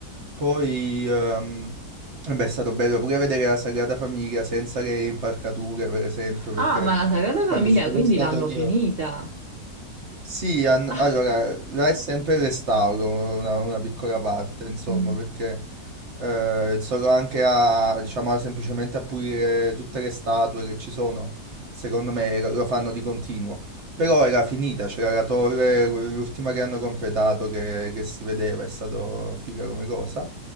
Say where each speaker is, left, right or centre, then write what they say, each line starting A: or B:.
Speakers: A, on the right; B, on the right.
A: Poi, ehm, vabbè, è stato bello pure vedere la Sagrada Famiglia senza le impalcature, per esempio,
B: Ah,
A: perché
B: ma la Sagrada
A: quando
B: Famiglia
A: ci sono
B: quindi
A: stato
B: l'hanno
A: io...
B: finita.
A: Sì, han-
B: Ah,
A: allora, là è sempre il restauro, una, una piccola parte, insomma,
B: mm,
A: perché eh, solo anche a, diciamo, semplicemente a pulire tutte le statue che ci sono, secondo me lo, lo fanno di continuo. Però
B: Sì,
A: era finita, c'era la torre, que- l'ultima che hanno completato che, che si vedeva, è stato figa come cosa.